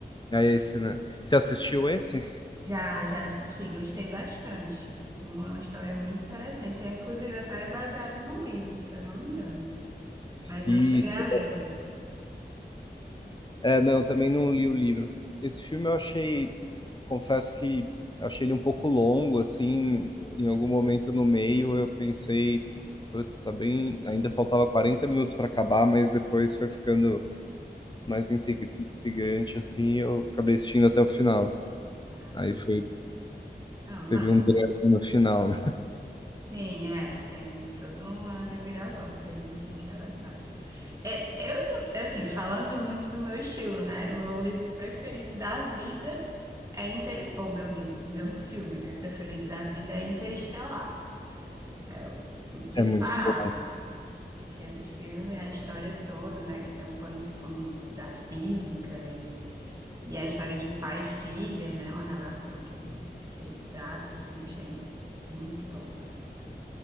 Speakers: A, on the left (about 25°); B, on the right (about 20°).
A: é esse, né? Você assistiu esse?
B: Já, já assisti, gostei bastante. Uma história muito interessante. É, inclusive, até é baseado num livro, se eu não me engano. Mas não
A: Isso.
B: cheguei a ler o livro.
A: É, não, também não li o livro. Esse filme eu achei, confesso que achei ele um pouco longo, assim, em algum momento no meio eu pensei, putz, tá bem, ainda faltava 40 minutos para acabar, mas depois foi ficando mais intrig- intrigante, assim, e eu acabei assistindo até o final.
B: Ah,
A: Aí foi
B: não, massa.
A: teve um drama no final, né.
B: Sim, é, tem toda uma reviravolta aí no fim que é legal. É, eu, não- é assim, falando muito do meu estilo, né? O meu livro preferido da vida é Inter... Ou meu livro, meu filme, né? Preferido da vida é Interestelar. É o disparado,
A: É muito bom.
B: assim. Aquele filme, a história toda, né? Que tem um pano de fundo da física e, e a história de pai e filha, né? Uma relação que ele, que ele trata, assim, achei muito bom, é.